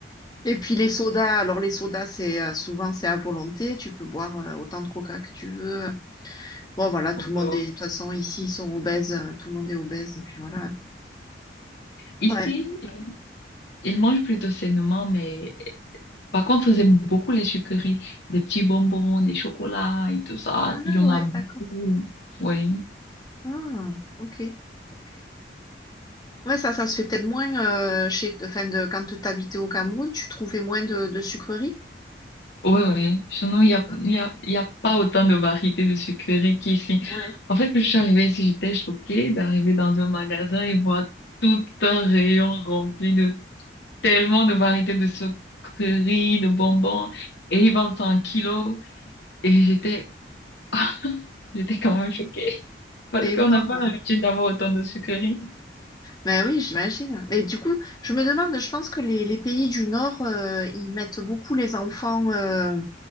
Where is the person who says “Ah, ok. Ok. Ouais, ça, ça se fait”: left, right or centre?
Left